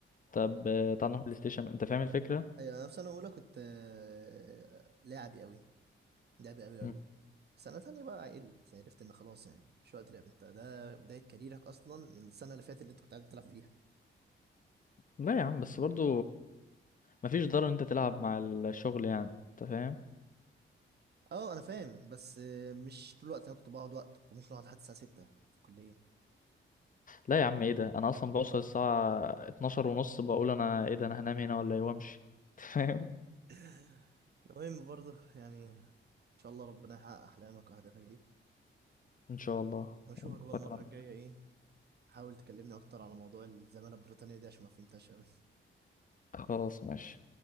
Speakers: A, on the left; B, on the right.
A: طب آه، تعالى نروح بلاي ستيشن انت فاهم الفكرة
B: أيوه أنا في سنة أولى كنت آه، لاعبي أوي لاعبي أوي
A: مم.
B: أوي سنة تانية بقى عقلت عرفت إن خلاص يعني مش وقت لعب أنت ده بداية كاريرك أصلا من السنة اللي فاتت اللي أنت كنت قاعد تلعب فيها
A: لا يا عم بس برضو مفيش ضرر ان انت تلعب مع الشغل يعني انت فاهم
B: أه أنا فاهم بس آه، مش طول الوقت أنا كنت بقعد وقت كنت ممكن أقعد لحد الساعة 6 في الكلية
A: لا يا عم ايه ده انا اصلا بوصل الساعه 12 ونص بقول انا ايه ده انا هنام هنا ولا ايه وامشي فاهم
B: <laughs> المهم برضه يعني إن شاء الله ربنا يحقق أحلامك وأهدافك دي
A: ان شاء الله
B: واشوفك بقى
A: وأتمنى.
B: المرة الجاية ايه تحاول تكلمني اكتر على موضوع الزمالة البريطانية دي عشان ما فهمتهاش اوي
A: خلاص ماشي